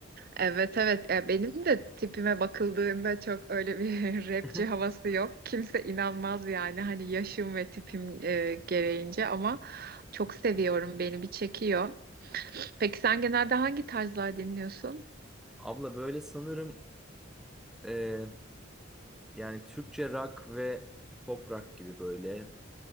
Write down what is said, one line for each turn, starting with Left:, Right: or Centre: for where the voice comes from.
Right: Evet evet. E, benim de tipime bakıldığında çok öyle bir <laughs> rapçi
Centre: <laughs>
Right: havası yok. Kimse inanmaz yani hani yaşım ve tipim e, gereğince ama çok seviyorum. Beni bir çekiyor. Peki sen genelde hangi tarzlar dinliyorsun?
Centre: Abla böyle sanırım e, yani Türkçe rock ve pop rock gibi böyle